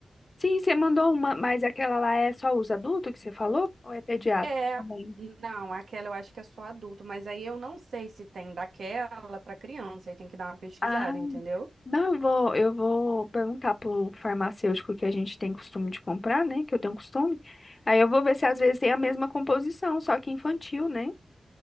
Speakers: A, on the left; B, on the right.
A: Sim, você mandou uma, mas aquela lá é só os adultos que você falou? Ou é pediatra
B: É.
A: também?
B: Não, aquela eu acho que é só adulto, mas aí eu não sei se tem daquela para criança, aí tem que dar uma pesquisada,
A: Ah,
B: entendeu?
A: não, eu vou, eu vou perguntar pro farmacêutico que a gente tem costume de comprar, né? Que eu tenho costume. Aí eu vou ver se às vezes tem a mesma composição, só que infantil, né?